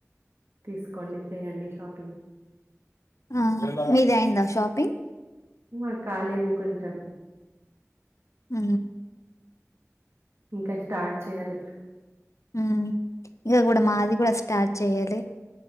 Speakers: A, on the right; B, on the left.
A: తీసుకోండి చేయండి షాపింగ్
B: ఆ మీది అయిందా షాపింగ్
A: మా కాలేదు కొంచెం
B: ఊ
A: ఇంకా స్టార్ట్ చేయ్యలే
B: ఉ ఇంగ కూడా మాది కూడా స్టార్ట్ చేయ్యలే